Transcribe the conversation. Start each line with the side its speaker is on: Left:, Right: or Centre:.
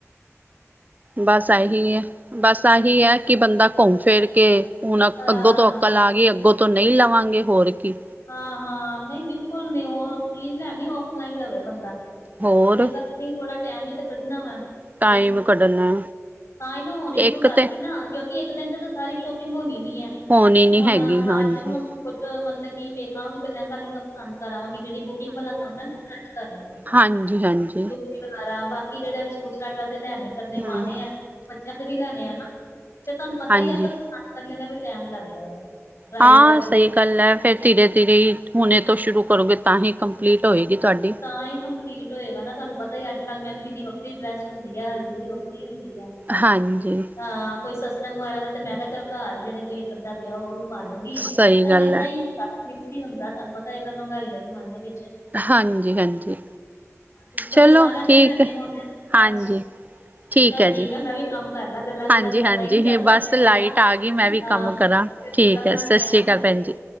Right: ਬਸ ਇਹੀ ਹੈ, ਬਸ ਇਹੀ ਹੈ ਕਿ ਬੰਦਾ ਘੁੰਮ ਫਿਰ ਕੇ ਹੁਣ ਅਕ
Left: ਹਾਂ
Right: ਅੱਗੋਂ ਤੋਂ ਆ ਗਈ, ਅੱਗੋਂ ਤੋਂ ਨਹੀਂ ਲਵਾਂਗੇ ਹੋਰ ਕੀ।
Left: ਹਾਂ, ਹਾਂ ਨਹੀਂ ਬਿਲਕੁਲ ਨਹੀਂ। ਉਹ ਚੀਜ਼ ਲੈਣੀ ਔਫਲਾਈਨ ਲਵੇ ਬੰਦਾ।
Right: ਹੋਰ
Left: ਕੋਈ ਗੱਲ ਨੀ ਥੋੜਾ ਟੈਮ ਹੀ ਤੇ ਕੱਢਣਾ ਵਾ, ਕੱਢ ਲਵਾਂਗੇ ਕੋਈ
Right: ਟਾਈਮ
Left: ਨੀ।
Right: ਕੱਢਣਾ
Left: ਤਾਂ ਹੀ ਮੈਂ ਹੋਣੀ ਸ਼ੁਰੂ
Right: ਇੱਕ
Left: ਕਰਤੀ
Right: ਤੇ
Left: ਨਾ, ਕਿਉਂਕਿ ਇੱਕ ਦਿਨ ਚ ਤੇ ਤਾਂ ਸਾਰੀ ਸ਼ੋਪਿੰਗ ਹੋਣੀ ਨੀ ਐ।
Right: ਹੋਣੀ ਨੀ
Left: ਹੁਣ
Right: ਹੈਗੀ ਹਾਂਜੀ
Left: ਅੱਜ ਹੁਣ ਕੁਛ ਮਤਲਬ ਕਿ ਵੇਖਾਗੇ ਕਿ ਲਹਿੰਗਾ ਲੂੰਘਗਾ ਪਸੰਦ ਕਰਾ ਆਵਾਂਗੀ, ਜਿਹੜੀ ਬੁਕਿੰਗ ਵਾਲਾ ਕੰਮ ਹੈ ਨਾ ਅੱਜ ਕਰ ਲਵਾਂਗੀ।
Right: ਹਾਂਜੀ-ਹਾਂਜੀ।
Left: ਕੀ ਕਰਾਂ ਬਾਕੀ ਜਿਹੜਾ ਸੂਟ ਸਾਟ ਵੈਸੇ ਲਿਆਣੇ ਕਰਨੇ
Right: ਹਮ
Left: ਪਾਣੇ ਹੈ, ਬੱਚਿਆਂ ਦੇ ਵੀ ਲਿਆਣੇ ਆ ਨਾ, ਤੇ ਫਿਰ ਤੁਹਾਨੂੰ ਪਤਾ
Right: ਹਾਂਜੀ
Left: ਹੀ ਫਿਰ <unintelligible> ਕਰਨੇ ਦਾ ਵੀ ਟਾਈਮ ਲੱਗਦਾ ਵਾ। ਟਰਾਈ
Right: ਹਾਂ
Left: ਕਰਨੀ
Right: ਸਈ ਇਕੱਲਾ ਐ ਫਿਰ ਧੀਰੇ ਧੀਰੇ ਹੀ ਹੁਣੇੇ ਤੋਂ ਸ਼ੁਰੂ ਕਰੋਗੇ ਤਾਂਹੀ ਕੰਪਲੀਟ ਹੋਏਗੀ ਤੁਹਾਡੀ
Left: ਤਾਂਹੀ ਕੰਪਲੀਟ ਹੋਏਗਾ ਨਾ ਤੁਹਾਨੂੰ ਪਤਾ ਹੀ ਅੱਜ ਕੱਲ੍ਹ ਮਹਿੰਦੀ ਦੀ ਵੱਖਰੀ ਡਰੈੱਸ ਹੁੰਦੀ ਐ ਹਲਦੀ ਦੀ ਵੱਖਰੀ ਹੁੰਦੀ ਐ।
Right: ਹਾਂਜੀ,
Left: ਹਾਂ ਕੋਈ ਸੰਤ ਸੰਗ ਵਗੈਰਾ ਦਾ ਤੇ ਮੈਂ ਕਿਹਾ ਚਲ ਘਰ ਜਿਹੜੇ ਕੋਈ ਅੱਧਾ ਪਿਆ ਉਹੀ ਪਾਲੂੰਗੀ ਅ
Right: ਸਹੀ ਗੱਲ
Left: ਏਦਾਂ
Right: ਹੈ
Left: ਈ ਮਿਕਸੀ ਹੁੰਦਾ ਐ ਤੁਹਾਨੂੰ ਪਤਾ ਇਹ ਗੱਲ ਮਹਿੰਗਾਈ ਦੇ ਜ਼ਮਾਨੇ ਵਿੱਚ
Right: ਹਾਂਜੀ, ਹਾਂਜੀ।
Left: ਇਸ ਕਰਕੇ
Right: ਚਲੋ
Left: ਸਾਰਿਆਂ
Right: ਠੀਕ
Left: ਦੇ ਨਿਆਣੇ
Right: ਹੈ
Left: ਹੁਣ
Right: ਹਾਂਜੀ
Left: ਅੱਛਾ, ਚੱਲ
Right: ਹੈ
Left: ਠੀਕ
Right: ਜੀ
Left: ਆ ਮੈਂ ਵੀ ਹੁਣ ਕੰਮ ਕਰ ਲੈ ਗੱਲਾਂ-ਗੱਲਾਂ
Right: ਹਾਂਜੀ-ਹਾਂਜੀ
Left: ਚ ਪਤਾ ਈ ਨੀ ਚੱਲਦਾ
Right: ਬਸ
Left: ਟਾਇਮ
Right: ਲਾਈਟ
Left: ਦਾ
Right: ਆ ਗਈ ਮੈਂ ਵੀ
Left: ਹਾਂ।
Right: ਕੰਮ ਕਰਾਂ
Left: ਨਿਕਲਣਾ
Right: ਠੀਕ ਹੈ ਸਤਿ
Left: ਗਿਆ
Right: ਸ੍ਰੀ
Left: ਨਾ
Right: ਅਕਾਲ
Left: ਮੈਂ
Right: ਭੈਣ
Left: ਵੀ
Right: ਜੀ।